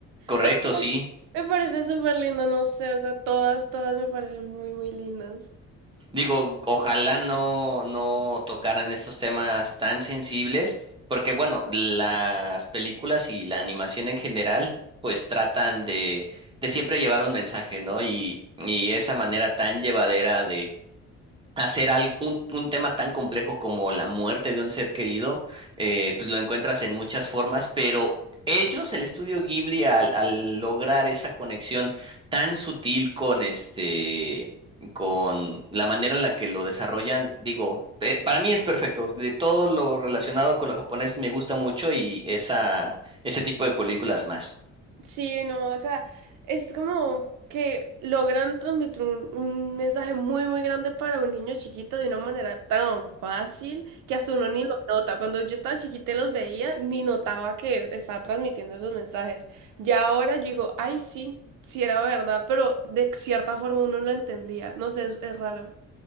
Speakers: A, on the right; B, on the right.
A: Correcto,
B: O sea,
A: sí.
B: me parece súper lindo, no sé, o sea, todas, todas me parecen muy, muy lindas.
A: Digo, ojalá no, no tocaran estos temas tan sensibles, porque bueno, las películas y la animación en general, pues tratan de, de siempre llevar un mensaje, ¿no? Y, y esa manera tan llevadera hacer al- un, un tema tan complejo como la muerte de un ser querido, eh, pues lo encuentras en muchas formas, pero ellos, el estudio Ghibli, al, al lograr esa conexión tan sutil con este, con la manera en la que lo desarrollan, digo, eh, para mí es perfecto. De todo lo relacionado con lo japonés me gusta mucho y esa, ese tipo de películas más.
B: Sí, no, o sea, es como que logran transmitir un, un mensaje muy, muy grande para un niño chiquito de una manera tan fácil que hasta uno ni lo nota. Cuando yo estaba chiquita y los veía, ni notaba que estaba transmitiendo esos mensajes. Ya ahora yo digo, ay, sí, sí era verdad, pero de cierta forma uno lo entendía. No sé, es, es raro.